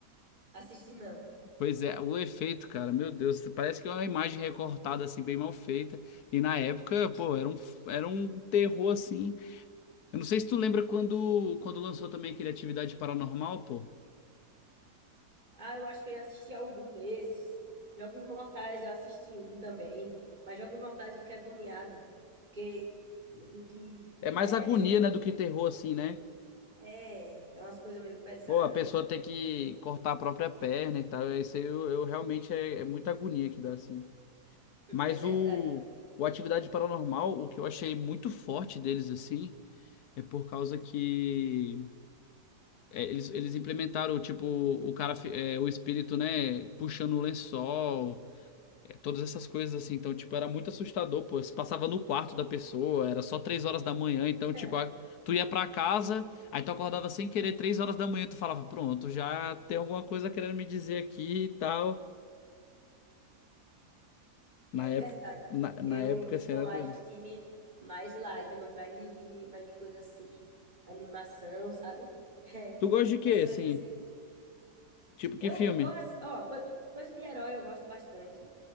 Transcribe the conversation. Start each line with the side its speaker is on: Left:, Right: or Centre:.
Right: Assisti não.
Left: Pois é, o efeito, cara, meu Deus, parece que é uma imagem recortada, assim, bem mal feita. E na época, pô, era um, era um terror, assim. Eu não sei se tu lembra quando, quando lançou também aquele Atividade Paranormal, pô.
Right: Ah, eu acho que eu já assisti algum desses. Jogos Mortais eu assisti um também. Mas Jogos Mortais eu fiquei agoniada. Porque meio que,
Left: É
Right: né?
Left: mais agonia,
Right: <laughs>
Left: né, do que terror, assim, né?
Right: É, é umas coisas meio pesadas,
Left: Pô, a pessoa
Right: né?
Left: tem que cortar a própria perna e tal. Isso aí eu, eu realmente é, é muita agonia que dá, assim. Mas
Right: É verdade.
Left: o, o Atividade Paranormal, o que eu achei muito forte deles, assim, é por causa que é, eles, eles implementaram, tipo, o cara, fi- é, o espírito, né, puxando o lençol. Todas essas coisas assim, então, tipo, era muito assustador, pô. Você passava no quarto da pessoa, era só três horas da manhã, então,
Right: <laughs>
Left: tipo, a- tu ia pra casa, aí tu acordava sem querer três horas da manhã, tu falava, pronto, já tem alguma coisa querendo me dizer aqui e tal. Na
Right: É
Left: época,
Right: verdade.
Left: na, na
Right: Eu,
Left: época,
Right: eu
Left: assim,
Right: sou
Left: era
Right: mais
Left: doido.
Right: do time mais light. Eu gosto mais de rir, mais de coisa assim. Animação, sabe? <laughs> É,
Left: Tu gosta de quê,
Right: nessa,
Left: assim?
Right: esse
Left: Tipo, que
Right: Eu,
Left: filme?
Right: eu ass- ó, co- coisa de herói eu gosto bastante.